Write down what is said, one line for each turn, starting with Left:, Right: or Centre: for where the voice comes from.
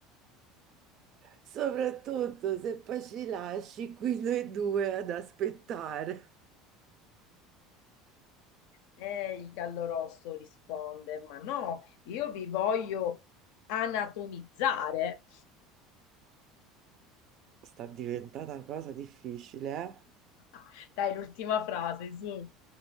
Right: Soprattutto se poi ci lasci <laughs> qui noi due ad aspettare.
Left: E il gallo rosso risponde: Ma no, io vi voglio anatomizzare.
Right: Sta diventando una cosa difficile,
Left: <laughs> Dai, l'ultima frase, su.